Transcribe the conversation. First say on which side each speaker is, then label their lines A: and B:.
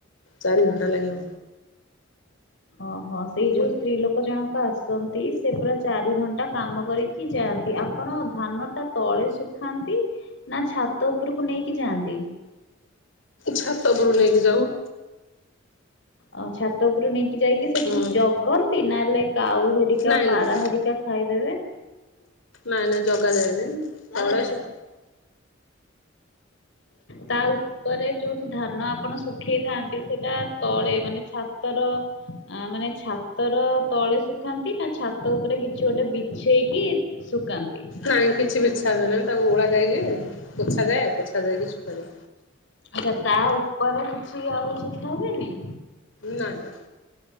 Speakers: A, on the left (about 85°); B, on the left (about 65°).
A: ଚାରି ଘଣ୍ଟା ଲାଗିବ।
B: ଓହୋ ସେଇ ଯୋଉ
A: ଗୋ
B: ସ୍ତ୍ରୀ ଲୋକ କ ଜଣକ ଆସନ୍ତି ସେପୁରା ଚାରି ଘଣ୍ଟା କାମ କରିକି ଯାଆନ୍ତି ଆପଣ ଧାନଟା ତଳେ ଶୁଖାନ୍ତି ନାଛାତ ଉପରକୁ ନେଇକି ଯାଆନ୍ତି?
A: ଛାତ ଉପରକୁ ନେଇକି ଯାଉ।
B: ଆଉ ଛାତ ତା ଉପରୁ ନେଇକି ଯାଇକି ସେଠି
A: ହୁଁ
B: ଜଗନ୍ତି ନହେଲେ କାଉ ହେରିକା
A: ନାଇଁ
B: ପାରା
A: ନାଇଁ
B: ହେରିକା ଖାଇଦେବେ?
A: ନାଇଁ ନାଇଁ ଜଗା ଯାଏନାଇଁ <unintelligible>
B: ତା ଉପରେ ଯୋଉଠି ଧାନ ଆପଣ ଶୁଖେଇଥାନ୍ତି ସେଟା ତଳେ ମାନେ ଛାତର ଅଁ ମାନେ ଛାତର ତଳେ ଶୁଖାନ୍ତି ନାଛାତ ଉପରେ କିଛି ଗୋଟେ ବିଛେଇକି ଶୁକାନ୍ତି?
A: ନାଇଁ କିଛି ବିଚ୍ଛା ହୁଏ ନାହିଁ ତାକୁ ଓଳା ଯାଇକି ପୋଛା ଯାଏ ପୋଛା ଯାଇକି ସୁୁଖାଯାଏ।
B: ଆଚ୍ଛା ତାଉପରେ କିଛି ଆଉ ଶୁଖା ହୁଏନି?
A: ନା ନା।